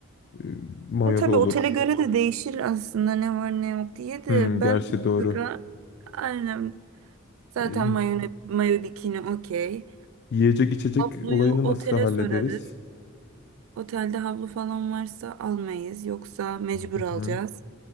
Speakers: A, on the left (about 55°); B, on the right (about 75°).
A: e, mayo
B: Ya tabii
A: olur.
B: otele göre de değişir aslında ne var ne yok diye de
A: Hmm, gerçi
B: ben mutlaka
A: doğru.
B: aynen zaten
A: E,
B: mayo, mayo bikini okey.
A: yiyecek içecek
B: Havluyu
A: olayını
B: otele
A: nasıl hallederiz?
B: sorarız. Otelde havlu falan varsa almayız. Yoksa mecbur
A: Hı hı.
B: alacağız.